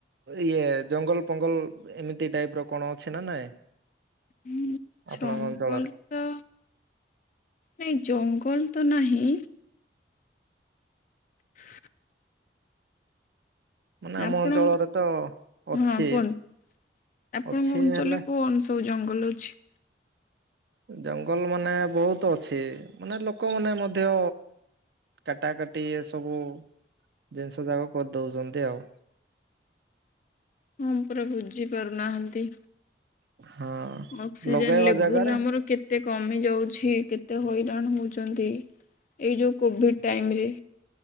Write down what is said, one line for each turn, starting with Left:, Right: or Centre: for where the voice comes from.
Right: ଇଏ ଜଙ୍ଗଲ ଫଙ୍ଗଲ୍ ଏମିତି ଟାଇପ୍ ର କଣ ଅଛି ନା ନାଇଁ?
Left: ହୁଁ
Right: ଆପଣଙ୍କ
Left: ଜଙ୍ଗଲ
Right: ଅଞ୍ଚଳରେ?
Left: ତ ନାଇଁ ଜଙ୍ଗଲ ତ ନାହିଁ। <inaudible>
Right: ମାନେ ଆମ
Left: ଆପଣ
Right: ଅଞ୍ଚଳରେ ତ ଅଛି
Left: ହଁ କୁହନ୍ତ। ଆପଣଙ୍କ
Right: ଅଛି
Left: ଅଞ୍ଚଳରେ
Right: ହେଲେ
Left: କୋଉ ଜଙ୍ଗଲ ଅଛି?
Right: ଜଙ୍ଗଲ ମାନେ ବହୁତ ଅଛି ମାନେ ଲୋକମାନେ ମଧ୍ୟ କାଟା କାଟି ଏ ସବୁ ଜିନିଷ ଯାକ କରିଦଉଛନ୍ତି ଆଉ।
Left: ହଁ ପରା ବୁଝି ପାରୁନାହାଁନ୍ତି।
Right: ହଁ।
Left: ଅକ୍ସିଜେନ
Right: ଲଗେଇବା
Left: ଲେବୁଲ
Right: ଜାଗାରେ
Left: ଆମର କେତେ କମି ଯାଉଛି କେତେ ହଇରାଣ ହଉଛନ୍ତି। ଏଇ ଯେଉଁ କୋଭିଡ଼୍ ଟାଇମ୍ ରେ